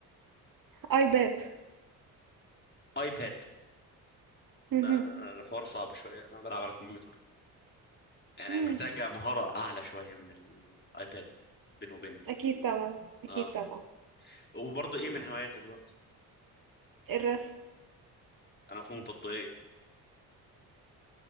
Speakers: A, on the right; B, on the left.
A: ايباد
B: ايباد
A: مهم.
B: لا انا الحوار صعب شويه انا بلعب على كمبيوتر يعني
A: مم.
B: محتاجه مهاره اعلى شويه من الايباد بيني وبينك يعني
A: اكيد طبعا اكيد
B: اه
A: طبعا
B: وبرضه ايه من هواياتك برضه
A: الرسم
B: انا فنون تطبيقيه